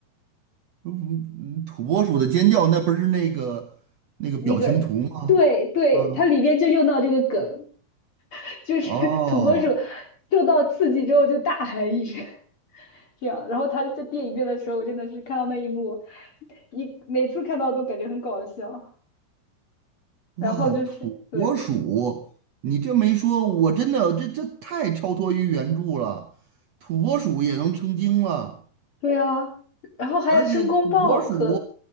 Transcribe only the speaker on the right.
嗯，嗯土拨鼠的尖叫，那不是那个那个表情图吗？
啊，
哦，
哇，
土拨鼠，你这没说，我真的这这太超脱于原著了，土拨鼠也能成精了。
而且土拨鼠